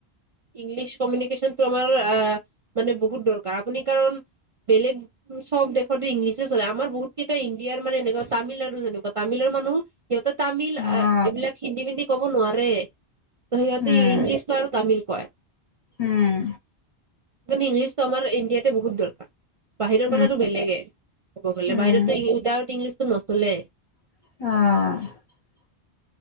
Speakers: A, on the right; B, on the left.
A: ইংলিছ কমিউনিকেশ্বন তো আমাৰ এহে। মানে বহুত দৰকাৰ আপুনি কাৰণ। বেলেগ চব দেশতে ইংলিছে চলে আমাৰ বহুত কেইটা ইণ্ডিয়াৰ মানে এনেকুৱা তামিলনাড়ু যেনেকুৱা তামিলৰ মানুহ। সিহঁতৰ তামিল এইবিলাক
B: অ
A: হিন্দী মিন্দি। ক'ব নোৱাৰে। ত সিহঁতে
B: উম
A: ইংলিছটো আৰু তামিল। কয়।
B: উম।
A: ইংলিছ তো আাৰ ইণ্ডিয়াতে বহুত দৰকাৰ। বাহিৰৰ
B: উম,
A: কথাটো বেলেগে ক'ব গলে
B: উম,
A: বাহিৰতো উদাউট ইংলিছ। নচলে।
B: অহ।